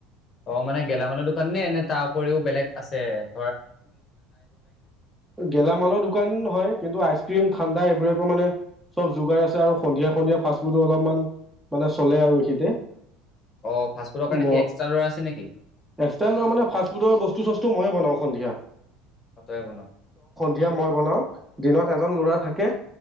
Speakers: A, on the left; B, in the centre.
A: অ 'মানে গেলামালৰ দোকান নে নে তাৰ উপৰিও বেলেগ আছে আৰু
B: গেলামালৰ দোকান হয় কিন্তু আইচক্ৰীম ঠাণ্ডা এইবোৰ একো মানে চব যোগাৰ আছে আৰু সন্ধিয়া সন্ধিয়া ফাষ্ট ফুডো অলপমান মানে চলে আৰু এইখিনিতে।
A: অ', ফাষ্টফুডৰ কাৰণে
B: ম
A: কি এক্সট্ৰা ল'ৰা আছে নেকি?
B: একসাই ল মানে ফাস্ট ফুডৰ বস্তু চস্তু মই বনাওঁ। সন্ধিয়া
A: আ থই আইব না
B: দিয়া মই বনাও। দিনত এজন ল'ৰা থাকে।